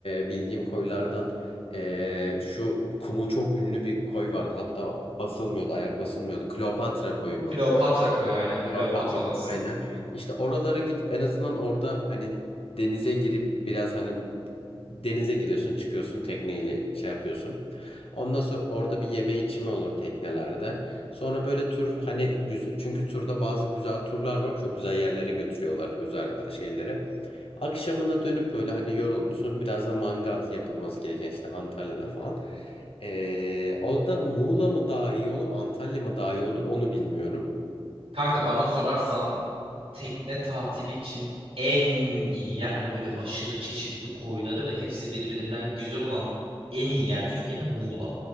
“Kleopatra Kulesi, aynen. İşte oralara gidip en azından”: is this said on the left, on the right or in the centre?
Left